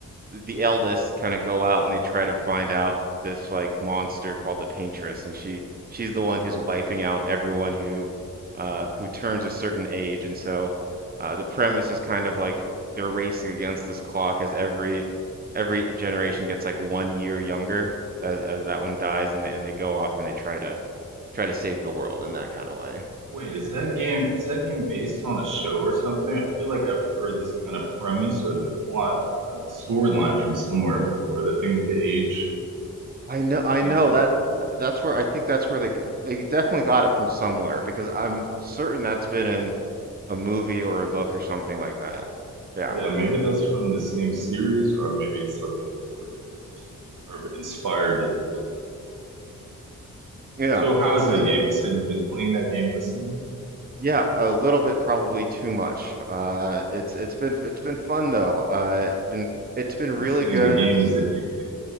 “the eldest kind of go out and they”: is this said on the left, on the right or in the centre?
Right